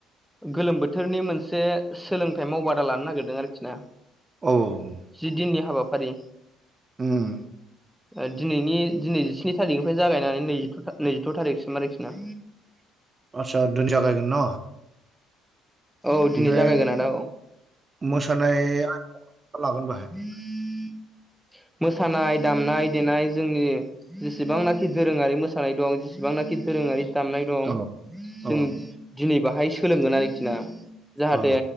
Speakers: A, in the centre; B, on the right (about 30°).
A: गोलोम बोथोरनि मोनसे सोलोंथाइ मावबादा लानो नागिरदों आरोखि ना।
B: औ औ।
A: जि दिननि हाबाफारि।
B: उम
A: ओ दिनैनि दिनै जिस्नि थारिखनिफ्राय जागायनानै नै <unintelligible> नैजिथ' थारिखसिम आरोखि ना
B: आदसा दोन जागायगोन न
A: औ दिनै
B: ओमफ्राय
A: जागायगोन आदा औ <unintelligible>
B: मोसानाय लागोन बेहाय
A: <unintelligible> मोसानाय दामनाय देनाय जोंनि जेसेबांनाखि दोरोङारि मोसानाय दं जेसेबांनाखि दोरोङारि दामनाय दं
B: औ
A: जों
B: औ
A: दिनै बाहाय सोलोंगोन आरोखि ना जाहाते
B: औ